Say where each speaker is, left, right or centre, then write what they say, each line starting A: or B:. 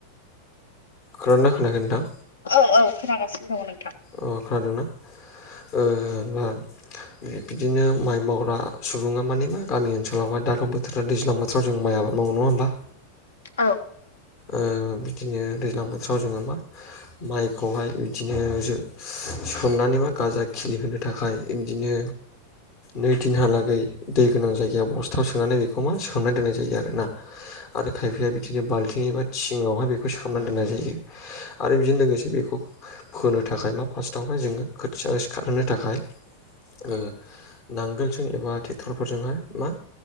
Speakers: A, on the left; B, on the left.
A: खोनादोंना खोनायाखै नोंथां
B: औ औ खोनागासिनो दं नोङ
A: औ खोनादोंना ओह ना बिदिनो माइ मावग्रा सुबुङा मानेमा गामि ओनसोलावहाय दाथ' बोथोरा दैज्लां बोथोराव जों माइ आबा अह नङा होमबा
B: औ
A: ओह बिदिनो दैज्लां बोथोराव जोंङो मा माइखौहाय बिदिनो जो सोमनानै मा गाजा खिलिहोनो थाखाय इनदीनो नै दिनहालागै दै गोनां जायगायाव बस्थायाव सोनानै बेखौ मा सोमनानै दोननाय जायो आरोना आरो खायफाया बिदिनो बाल्ट थिं एबा थिङावहाय बेखौ सोमना दोननाय जायो आरो बेजों लोगोसे बेखौ फोनो थाखाय मा फास्स्टावहाय जोङो खोथिया सिखारहोनो थाखाय ओह नांगोलजों एबा ट्रेक्टरफोरजोंहाय मा